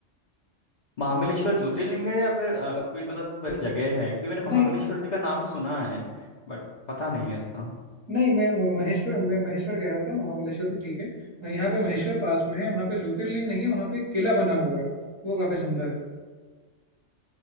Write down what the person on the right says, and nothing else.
नहीं
नहीं मैं महेश्वर मैं महेश्वर कह रहा था महाबलेश्वर भी ठीक है यहाँ पे महेश्वर पास में है वहाँ पे ज्योतिर्लिंग नहीं है वहाँ पे एक किला बना हुआ है वो काफी सुंदर है